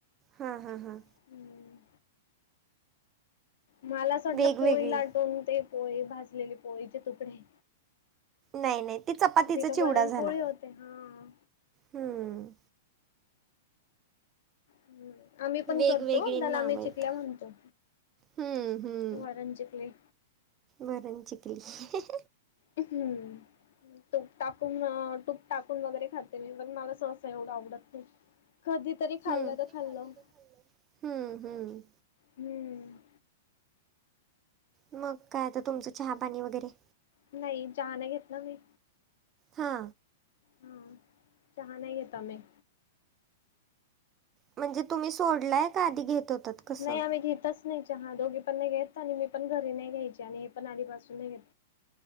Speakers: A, on the right; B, on the left.
A: हा हा हा...
B: हम्म मला असं वाटलं
A: वेगवेगळी
B: पोळी लाटवून ते पोळी भाजलेली पोळीचे तुकडे-
A: नाही नाही, ते चपातीचा
B: तिथे वरणपोळी
A: चिवडा झाला.
B: होते हा
A: हम्म
B: ह आम्ही पण
A: वेगवेगळी
B: करतो, त्याला
A: नाव
B: आम्ही
A: आहेत
B: चिकल्या म्हणतो
A: हम्म हम्म..
B: वरण चिकली
A: वरण चिकली ही ही
B: हम्म. तूप टाकून, तूप टाकून, वगैरे खाते मी पण मला सहसा एवढ आवडत नाही कधीतरी खाल्लं
A: हम्म
B: तर खाल्लं
A: खाल्लं हम्म हम्म.
B: हम्.
A: मग काय आता तुमचं चहा पाणी वगैरे-
B: नाही चहा नाही घेत ना मी.
A: हा.
B: हा चहा नाही आहेत आम्ही.
A: म्हणजे तुम्ही सोडलाय का आधी घेत होतात? कसं
B: नाही आम्ही घेतच नाही चहा, दोघी पण नाही घेत, आणि मी पण घरी नाही घ्यायची आणि हे पण आधपासून नाही घेत.